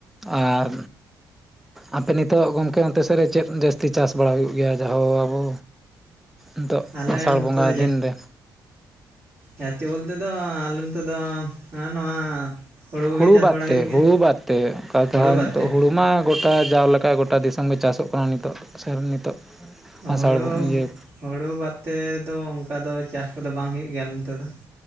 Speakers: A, in the centre; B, on the right.
A: ᱟᱨ ᱟᱯᱮ ᱱᱤᱛᱚᱜ ᱜᱚᱝᱠᱮ ᱚᱱᱛᱮ ᱥᱮᱫ ᱨᱮ ᱪᱮᱫ ᱡᱟᱹᱥᱛᱤ ᱪᱟᱥ ᱵᱟᱲᱟ ᱦᱩᱭᱩᱜ ᱜᱮᱭᱟ ᱡᱟᱦᱳ ᱟᱵᱚ ᱱᱤᱛᱚᱜ
B: ᱟᱞᱮ
A: ᱟᱥᱟᱲ
B: ᱱᱚᱛᱮᱫᱚ
A: ᱵᱚᱸᱜᱟ ᱫᱤᱱ ᱨᱮ
B: ᱡᱟᱛᱮ ᱵᱚᱞᱛᱮ ᱫᱚ ᱟᱞᱮ ᱱᱚᱛᱮᱫᱚ ᱱᱚᱣᱟ ᱦᱳᱲᱳ ᱠᱚᱜᱮ
A: ᱦᱩᱲᱩ
B: ᱪᱟᱥ
A: ᱵᱟᱫᱛᱮ
B: ᱵᱟᱲᱟ ᱦᱩᱭᱩᱜ ᱜᱮᱭᱟ
A: ᱦᱩᱲᱩ ᱵᱟᱫᱛᱮ ᱠᱟ
B: ᱦᱳᱲᱳ
A: ᱡᱟᱦᱟᱸ
B: ᱵᱟᱫ
A: ᱱᱤᱛᱚᱜ
B: ᱛᱮ
A: ᱦᱩᱲᱩ ᱢᱟ ᱜᱚᱴᱟ ᱡᱟᱣᱞᱮᱠᱟ ᱚᱠᱟ ᱜᱚᱴᱟ ᱫᱤᱥᱚᱢ ᱜᱮ ᱪᱟᱥᱚᱜ ᱠᱟᱱᱟ ᱱᱤᱛᱚᱜ ᱥᱮ ᱱᱤᱛᱚᱜ
B: ᱦᱚᱲᱳᱵᱚ
A: ᱟᱥᱟᱲ ᱤᱭᱟᱹ
B: <unintelligible> ᱦᱳᱲᱳ ᱵᱟᱫ ᱛᱚ ᱚᱱᱠᱟ ᱫᱚ ᱪᱟᱥ ᱠᱚᱫᱚ ᱵᱟᱝ ᱦᱩᱭᱩᱜ ᱜᱮᱭᱟᱞᱮ ᱱᱚᱛᱮᱫ ᱫᱚ